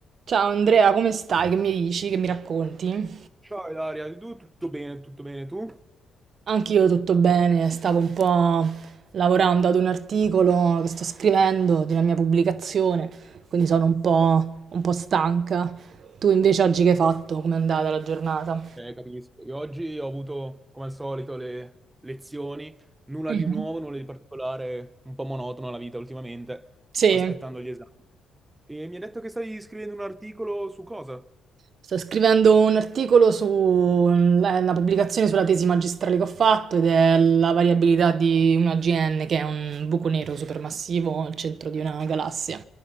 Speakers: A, on the right; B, on the right.
A: Ciao Andrea, come stai? Che mi dici? Che mi racconti?
B: Ciao Ilaria, tu tutto bene, tutto bene tu?
A: Anch'io tutto bene, stavo un po' lavorando ad un articolo che sto scrivendo di una mia pubblicazione, quindi sono un po', un po' stanca. Tu invece oggi che hai fatto? Com'è andata la giornata?
B: Eh, capisco. Io oggi ho avuto, come al solito, le lezioni, nulla
A: Mhm.
B: di nuovo, nulla di particolare, un po' monotona la vita ultimamente,
A: Sì.
B: aspettando gli esami. E mi ha detto che stai scrivendo un articolo su cosa?
A: Sto scrivendo un articolo sulla pubblicazione sulla tesi magistrale che ho fatto ed è la variabilità di un AGN, che è un buco nero supermassivo al centro di una galassia.